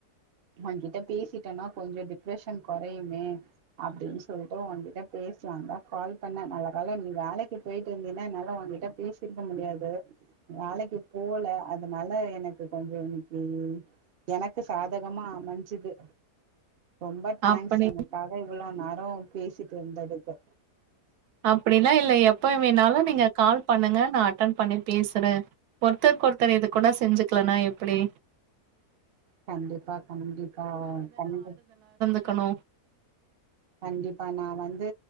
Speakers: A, on the right; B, on the right.
A: ஓங்கிட்ட பேசிட்டன்னா கொஞ்சொ டிப்ரஷன் கொறையுமே அப்டின் சொல்ட்டு ஒங்கிட்ட பேசலான்தா கால் பண்ண நல்ல காலொ நீ வேலைக்கி போயிட்டு இருந்தீன என்னால ஓங்ககிட்ட பேசிர்க்க முடியாது து வேலக்கி போல அதுனால எனக்கு கொஞ்சொ இன்னக்கி எனக்கு சாதகமா அமஞ்சிது ரொம்ப தேங்க்ஸ்
B: அப்படி
A: எனக்காக இவ்ளோ நேரொ பேசிட் ருந்ததுக்கு
B: அப்டிலா இல்ல எப்ப வேணாலு நீங்க கால் பண்ணுங்க நா அட்டன் பண்ணி பேசுற ஒருத்தருக்கொருத்தர் இது கூட செஞ்சுக்கலனா எப்டி
A: கண்டிப்பா கண்டிப்பா கண்டி
B: க்கணு
A: கண்டிப்பா நா வந்து